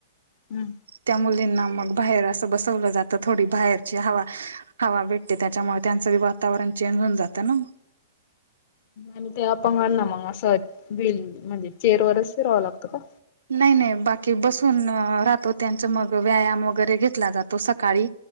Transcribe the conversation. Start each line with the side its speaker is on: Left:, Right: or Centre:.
Left: हम्म
Right: त्या मुलींना मग बाहेर असं बसवलं जात थोडी बाहेरची हवा हवा भेटते त्याच्यामुळे त्यांचबी वातावरण चेंज होऊन जातं ना.
Left: आणि ते अपंगाना मग अस व्हील म्हणजे चेअरवरच फिरावं लागतं.
Right: नाही नाही बाकी बसून राहतो. त्यांचं मग व्यायाम वगैरे घेतला जातो सकाळी